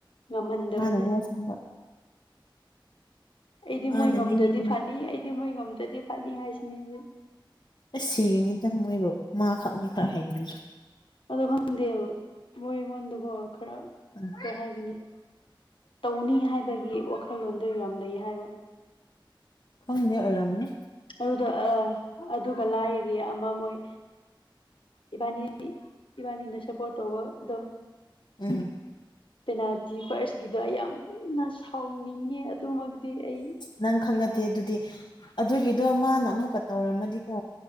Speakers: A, on the left (about 80°); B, on the left (about 60°).
A: ꯉꯝꯍꯟꯗꯕꯁꯦ
B: ꯃꯥꯅꯅꯦ ꯑꯁꯦꯡꯕ
A: ꯑꯩꯗꯤ
B: ꯃꯥꯅꯅꯦ
A: ꯃꯣꯏ ꯉꯝꯗ꯭ꯔꯗꯤ ꯐꯅꯤ ꯑꯩꯗꯤ ꯃꯣꯏ ꯉꯝꯗ꯭ꯔꯗꯤ ꯐꯅꯤ ꯍꯥꯏꯁꯤꯅꯦ ꯍꯧꯖꯤ
B: ꯑꯁ ꯁꯤꯔꯤꯅꯤꯗꯃꯣꯏꯔꯣ ꯃꯥꯈꯛꯅꯤ ꯈ ꯍꯩꯣꯏꯗ
A: ꯑꯗꯣ ꯈꯪꯗꯦꯕ ꯃꯣꯏ ꯑꯩꯉꯣꯟꯗꯀꯣ ꯈꯔ
B: ꯎꯝ
A: ꯀꯩ ꯍꯥꯏꯒꯅꯤ ꯇꯧꯅꯤ ꯍꯥꯏꯕꯒꯤ ꯋꯥꯈꯜꯂꯣꯟꯗꯣ ꯌꯥꯝ ꯂꯩ ꯍꯥꯏꯕ
B: ꯈꯪꯗꯦ ꯑꯣꯏꯔꯝꯅꯦ
A: ꯑꯗꯨꯗ ꯑ ꯑꯗꯨꯒ ꯂꯥꯏꯔꯤ ꯑꯃ ꯃꯣꯏ ꯏꯕꯥꯅꯤ ꯏꯕꯥꯅꯤꯅ ꯁꯄꯣꯔ ꯇꯧꯕ ꯗ
B: ꯎꯝ
A: ꯄꯦꯅꯥꯜꯇꯤ ꯐꯥꯔꯁꯀꯤꯗꯣ ꯑꯩ ꯌꯥꯝꯅ ꯁꯥꯎꯅꯤꯡꯉꯦ ꯑꯗꯨꯃꯛꯇꯤ ꯑꯩ
B: ꯅꯪ ꯈꯪꯅꯗꯦ ꯑꯗꯨꯗꯤ ꯑꯗꯨꯒꯤꯗꯣ ꯃꯥꯅ ꯑꯃꯨꯛꯀ ꯇꯧꯔꯝꯃꯗꯤꯀꯣ